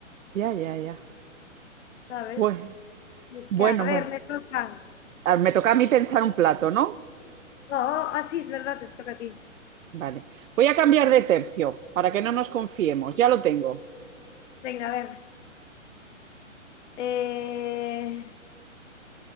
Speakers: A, on the right; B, on the left.
A: Ya, ya, ya.
B: ¿sabes?
A: Bueno,
B: Es
A: bueno,
B: que, a ver,
A: bueno.
B: me tocan.
A: Ah, Me toca a mí pensar un plato, ¿no?
B: No, así es verdad, te toca a ti.
A: Vale. Voy a cambiar de tercio para que no nos confiemos. Ya lo tengo.
B: Venga, a ver. Eh,